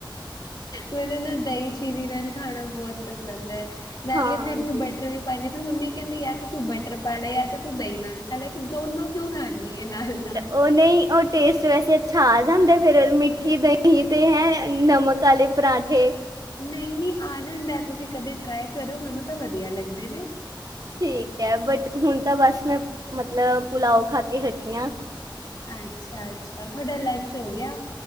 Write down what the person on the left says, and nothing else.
ਮੈਨੂੰ ਨਾ ਦਈ ਚੀਨੀ ਨਾਲ ਈ ਖਾਣਾ ਬੌ ਪਸੰਦ ਐ, ਨਾਲੇ
ਫੇਰ ਮੈਂ ਬ ਟਰ ਵੀ ਪਾਂਦੀ ਫੇਰ ਮੰਮੀ ਕੈਂਦੀ ਯਾ ਤੇ ਤੂੰ ਬਟਰ ਪਾਲ ਯਾ ਤੇ ਤੂੰ ਦਈ ਨਾਲ ਪੈਲਾ ਤੂਂ ਦੋਨੋ ਕੇਉਂ ਖਾਨੀ ਐ ਨਾਲ-ਨਾਲ।
ਨਈ-ਨਈ ਆ ਜਾਂਦਾ ਤੁਸੀਂ ਕਦੇ ਟਰਾਈ ਕਰੋ ਮੈਨੂੰ ਤਾਂ ਵਦੀਆ ਲੱਗਦੇ ਨੇ।
ਅੱਛਾ-ਅੱਛਾ ਥੋਡਾ ਲੰਚ ਹੋ ਗੇਆ?